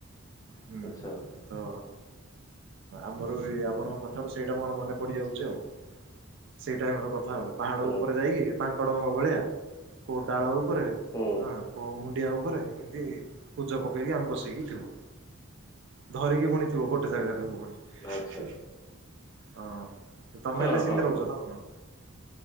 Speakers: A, on the right; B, on the left.
A: ହୁଁ
B: ଆଚ୍ଛା।
A: ତ ଆମର ଏ ଆପଣଙ୍କ କଥାରୁ ସେଇଟା ମୋର ମନେ ପଡିଯାଉଛି ଆଉ। ସେଇ ଟାଇମର କଥା ଆଉ ପାହାଡ
B: ହୁଁ
A: ଉପରେ ଯାଇକି ମାଙ୍କଡଙ୍କ ଭଳିଆ କୋଉ ଡାଳ ଉପରେ
B: ହୁଁ
A: ହଁ କୋଉ ମୁଣ୍ଡିଆ ଉପରେ ଏମତି କୁଜା ପକେଇକି ଆମେ ବସିକି ଥିବୁ। ଧରିକି ପୁଣି ଥିବ ଗୋଟେ ଜାଗାଟାକୁ ପୁଣି।
B: ଆଚ୍ଛା
A: ହଁ ତମେ
B: ହଁ
A: ହେଲେ
B: ହଁ
A: ସେମିତି ରହୁଛ
B: ହଁ।
A: ନା କଣ?